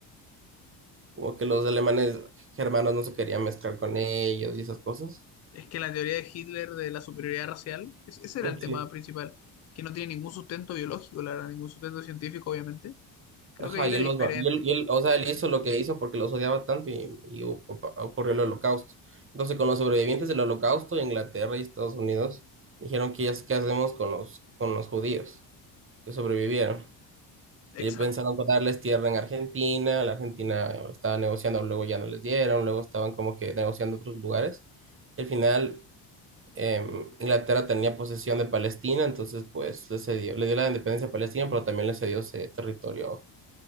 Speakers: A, on the right; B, on the left.
A: como que los alemanes germanos no se querían mezclar con ellos y esas cosas.
B: Es que la teoría de Hitler de la superioridad racial, es- ese era
A: Mm,
B: el tema
A: Sí.
B: principal, que no tiene ningún sustento biológico, la verdad, ningún sustento científico, obviamente. Creo
A: Ajá,
B: que ahí
A: y
B: era
A: él,
B: diferente.
A: los va- y él- y él- o sea, él hizo lo que hizo porque los odiaba tanto y, y u- opa- ocurrió el holocausto. Entonces, con los sobrevivientes del holocausto, Inglaterra y Estados Unidos dijeron que ya, ¿qué hacemos con los, con los judíos que sobrevivieron?
B: Exacto,
A: Y pensaron darles tierra en Argentina, la Argentina eh, estaba negociando, luego ya no les dieron, luego estaban como que negociando otros lugares. Y al final em, Inglaterra tenía posesión de Palestina, entonces pues le cedió, le dio la independencia a Palestina, pero también le cedió ese territorio